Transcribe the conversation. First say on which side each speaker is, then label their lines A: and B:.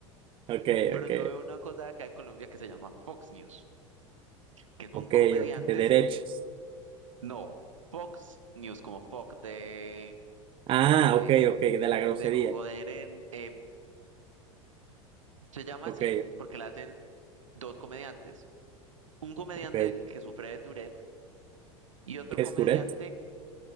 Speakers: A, on the right; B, on the right.
A: ok,
B: Pero
A: ok,
B: yo veo una cosa de acá de Colombia que se llama Fox News. que son
A: ok,
B: comediantes,
A: ok, de derechos.
B: no, Fox News, como Fox de,
A: Ah,
B: de,
A: ok, ok, de
B: de
A: la grosería.
B: joder en, eh, se llama
A: Ok,
B: así porque la hacen dos comediantes, un comediante
A: ok. ¿Qué
B: que sufre de Tourette y otro
A: es
B: comediante,
A: Tourette?